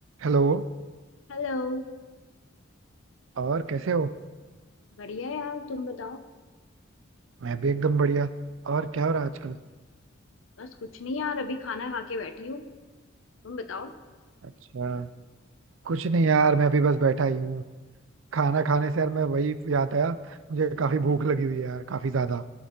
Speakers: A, on the right; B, on the left.
A: Hello
B: Hello
A: और कैसे हो
B: बढ़िया यार तुम बताओ
A: मैं भी एकदम बढ़िया और क्या हो रहा है आजकल
B: बस कुछ नहीं यार अभी खाना खा के बैठी हूँ तुम बताओ
A: अच्छा कुछ नहीं यार मैं भी बस बैठा ही हूँ खाना खाने से यार मैं वही याद आया मुझे काफी भूख लगी हुई है यार काफी ज्यादा